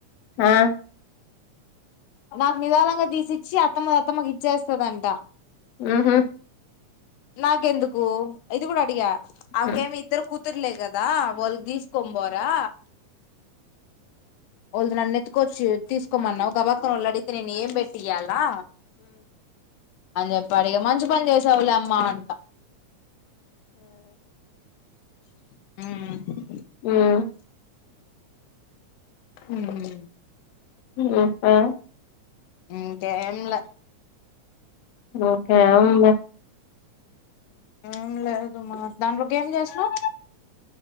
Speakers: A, on the left; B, on the left.
A: ఆ
B: నాకు నిదాళంగా తీసిచ్చి అత్తమ్మది అత్తమ్మకి ఇచ్చేస్తదంట
A: హ్మ్ హు
B: నాకెందుకు ఇది కూడా అడిగా ఆమెకేమి
A: ఉమ్
B: ఇద్దరు కూతుర్లే క దా వాళ్లకి తీసుకొని పోరా వాళ్ళుది నన్నెత్తుకొచ్చి తీసుకోమన్నావు గబాక్కన వాళ్ళు అడిగితే నేను ఏం పెట్టి ఇయ్యాలా అని చెప్పి అడిగ మంచి పని చేశావులే అమ్మా అంట హ్మ్
A: హ్మ్
B: హ్మ్
A: హ్మ్ ఆ
B: హ్మ్ ఇంకేం లా
A: ఓకే అవునులే
B: ఏం లేదు మా దాంట్లోకి ఏం చేసినవ్